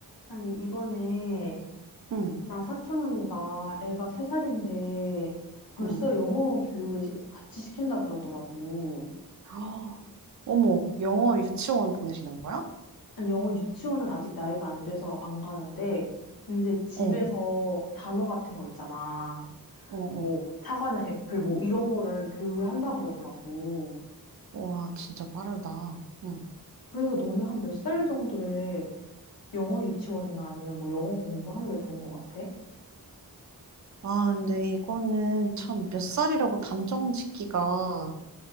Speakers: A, on the left (about 65°); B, on the right (about 50°).
A: 아니, 이번에
B: 응,
A: 나 사촌 언니가 애가 세살인데 벌써
B: 응.
A: 영어 교육을 시- 같이 시킨다 그러더라고.
B: 아, 어머, 영어 유치원 보내시는 거야?
A: 아니, 영어 유치원은 아직 나이가 안 돼서 안 가는데, 이제 집에서
B: 어,
A: 단어 같은 거 있잖아.
B: 어, 어.
A: 뭐, 사과는 애플, 뭐, 이런 거를 교육을 한다 그러더라고.
B: 와, 진짜 빠르다. 응.
A: 그래서 너는 한 몇 살 정도에 영어 유치원이나 아니면 뭐 영어 공부하는 게 좋은 것 같아?
B: 아, 근데 이거는 참 몇 살이라고 단정 짓기가